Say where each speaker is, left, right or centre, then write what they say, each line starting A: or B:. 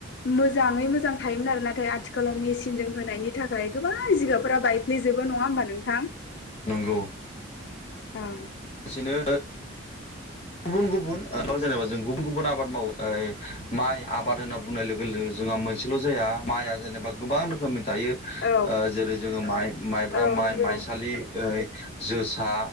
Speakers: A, on the left (about 55°); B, on the left (about 30°).
A: मोजाङै मोजां थायोमोन आरो नाथाय आथिखालाव मेसिनजों होनायनि थाखाय गोबां जिगाबफोरा बायफ्लेजोबो नङा होनबा नोंथां
B: नंगौ
A: उम
B: बिसेनो गुबुन गुबुन जेनेबा जों गुबुन गुबुन आबाद मावो माइ आबाद होनोबा बुंनाय लोगो लोगो जोंहा मोनसेल' जाया माइआ जेनेबा गोबां रोखोमनि थायो
A: औ
B: जेरै जोङो माइ माइब्रा
A: औ
B: माइ
A: नंगौ
B: माइसालि जोसा